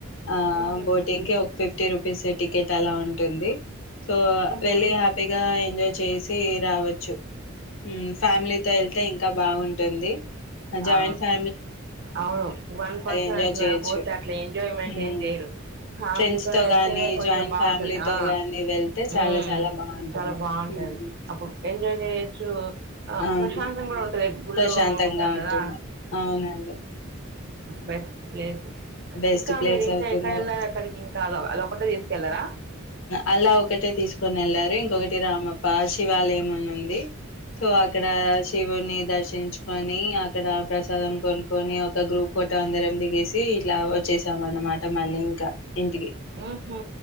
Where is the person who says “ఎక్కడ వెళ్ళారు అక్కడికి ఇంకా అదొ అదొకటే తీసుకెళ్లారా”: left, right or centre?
Right